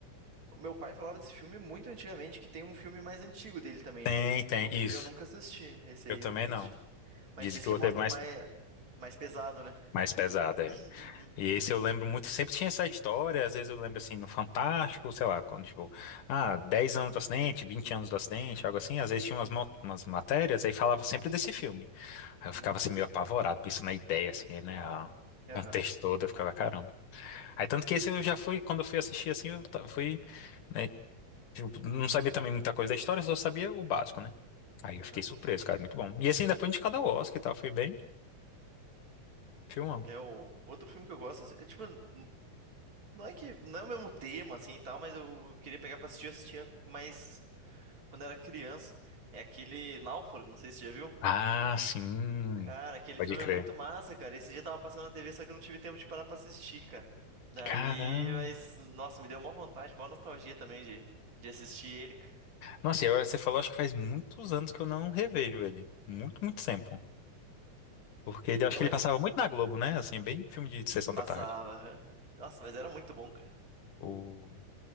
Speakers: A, on the right; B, on the left.
A: o meu pai falava desse filme muito antigamente, que tem um filme mais antigo dele também,
B: Tem,
A: né?
B: tem,
A: Eu, nu...
B: isso.
A: eu nunca assisti. Esse
B: Eu
A: aí
B: também
A: eu nunca assisti.
B: não.
A: Mas
B: Dizem
A: diz
B: que
A: que
B: o outro
A: mostra
B: é mais,
A: mais, mais pesado, né? <clears throat>
B: mais pesado, é.
A: Uhum.
B: E esse eu lembro muito, sempre tinha essa história, às vezes eu lembro assim, no Fantástico, sei lá, quando tipo, ah, 10 anos do acidente, 20 anos do acidente, algo assim, às vezes tinha umas, mo- umas matérias, aí falava sempre desse filme. Aí
A: Uhum.
B: eu ficava assim meio apavorado, pensando na ideia, assim, né, a-
A: Aham.
B: o contexto todo, eu ficava, caramba. Aí tanto que esse eu já fui, quando eu fui assistir assim, eu ta- fui, né, tipo, não sabia também muita coisa da história, só sabia o básico, né. Aí eu
A: Aham.
B: fiquei surpreso, cara, muito bom. E esse ainda foi indicado ao Oscar e tal, foi bem filmão.
A: É o outro filme que eu gosto, assim, é, tipo, n- não é que não é o mesmo tema assim e tal, mas eu queria pegar pra assistir, eu assistia mais quando era criança. É aquele Náufrago, não sei se você já viu.
B: Ah, sim,
A: Cara, aquele
B: pode
A: filme
B: crer.
A: é muito massa, cara. Esse dia tava passando na TV, só que eu não tive tempo de parar pra assistir, cara. Daí,
B: Caramba.
A: mas nossa, me deu uma vontade, uma nostalgia também de de assistir ele. cara.
B: Nossa, e agora você falou, acho que faz muitos anos que eu não revejo ele. Muito, muito tempo. Porque ele, acho
A: E é,
B: que
A: mas
B: ele passava muito na Globo, né? Assim, bem filme de sessão
A: passava,
B: da tarde.
A: aham. Nossa, mas era muito bom, cara.
B: O...